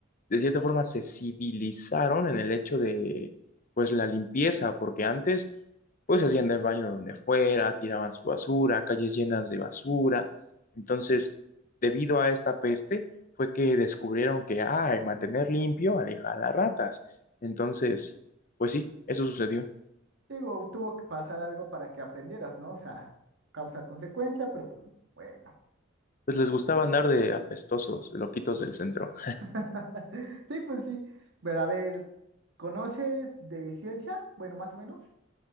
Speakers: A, on the left; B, on the right.
A: de cierta forma se civilizaron en el hecho de, pues, la limpieza, porque antes, pues, hacían el baño donde fuera, tiraban su basura, calles llenas de basura. Entonces, debido a esta peste, fue que descubrieron que, ah, mantener limpio aleja a las ratas. Entonces, pues sí, eso sucedió.
B: Digo, tuvo que pasar algo para que aprendieras, ¿no? O sea, causa-consecuencia, pero pues, bueno.
A: Pues les gustaba andar de apestosos, de loquitos del centro.
B: <laughs> Sí, pues sí. Pero a ver, ¿conoce de ciencia? Bueno, más o menos.